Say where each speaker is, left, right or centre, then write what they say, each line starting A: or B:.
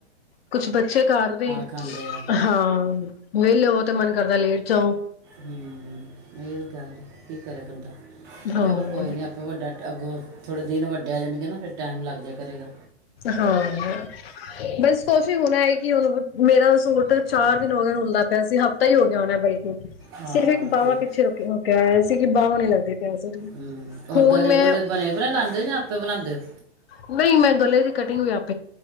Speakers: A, on the left; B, on the right.
A: ਕੁਛ ਬੱਚੇ ਘਰ ਨੇ,
B: ਖਾਂਦੇ ਆ
A: ਹਾਂ, ਵਿਹਲੇ ਹੋਵੋ ਤੇ ਮਨ ਕਰਦਾ ਲੇਟ ਜਾਓ।
B: ਹਮ, ਇਹਹੀ ਤੇ ਗੱਲ ਹੈ, ਕੀ ਕਰੇ ਬੰਦਾ?
A: ਹਾਂ
B: ਚਲੋ ਕੋਈ ਨੀ, ਆਪਾਂ ਵੱਡਾ। ਅੱਗੋਂ ਥੋੜ੍ਹੇ ਦਿਨ ਵੱਡੇ ਆ ਜਾਣਗੇ ਨਾ, ਫਿਰ ਟਾਈਮ ਲੱਗ ਜਾਏ ਕਰੇਗਾ।
A: ਹਾਂ, ਬਸ ਕੁਛ ਹੋਣਾ ਹੈ ਕਿ ਉਹਨੂੰ ਮੇਰਾ ਸੂਟ ਚਾਰ- ਦਿਨ ਹੋਗੇ ਰੁਲਦਾ ਪਿਆ ਸੀ, ਹਫ਼ਤਾ ਹੀ ਹੋ ਗਿਆ ਹੋਣਾ ਬਲਕਿ ਸਿਰਫ
B: ਹਾਂ
A: ਇੱਕ ਬਾਹਵਾਂ
B: ਠੀਕ
A: ਪਿੱਛੇ ਰੁਕੇ- ਰੁਕਿਆ ਹੋਇਆ ਸੀ ਕਿ, ਬਾਹਵਾਂ ਨਹੀਂ ਲੱਗਦੀ ਪਈਆ ਸੀ,
B: ਹੂੰ ਔਰ
A: ਹੁਣ
B: ਗਲੇ
A: ਮੈਂ
B: ਗੁਲੇ ਬਣੇ ਬਣੇ ਲਾਉਂਦੇ ਹੋ ਜਾਂ ਆਪੇ ਬਣਾਉਂਦੇ ਹੋ
A: ਨਹੀਂ ਮੈਂ ਗਲੇ ਚ ਆਪਾਂ <unintelligible>